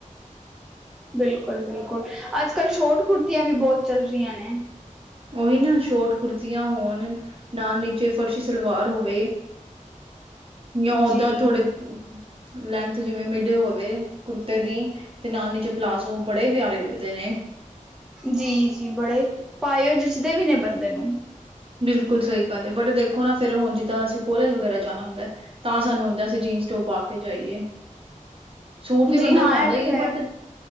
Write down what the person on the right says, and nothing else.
ਉਹੀ ਨਾ ਸ਼ੋਟ ਕੁੁਰਤੀਆਂ ਹੋਣ ਨਾਲ ਨੀਚੇ ਫਰਸ਼ੀ ਸਲਵਾਰ ਹੋਵੇ ਜਾਂ ਓਦਾਂ
ਥੋੜੇ ਲੈਂਥ ਜਿਵੇਂ ਮਿਡ ਹੋਵੇ ਕੁਰਤੇ ਦੀ ਤੇ ਨਾਲ ਹੀ ਪਲਾਜ਼ੋ ਬੜੇ ਪਿਆਰੇ ਲੱਗਦੇ ਨੇ।
ਬਿਲਕੁਲ ਸਹੀ ਗੱਲ ਹੈ ਬਟ ਦੇਖੋ ਨਾ ਫਿਰ ਹੁਣ ਜਿੱਦਾ ਅਸੀ ਕੋਲੇਜ ਵਗੈਰਾ ਜਾਣਾ ਹੁੰਦਾ ਏ ਤਾਂ ਸਾਨੂੰ ਹੁੰਦਾ ਅਸੀਂ ਜੀਨਸ-ਟੋਪ ਪਾ ਕੇ ਜਾਈਏ। ਸੂਟ ਵੀ
ਬੰਦਾ
ਪਾਉਂਦਾ
ਹੀ ਹੈ, ਬਟ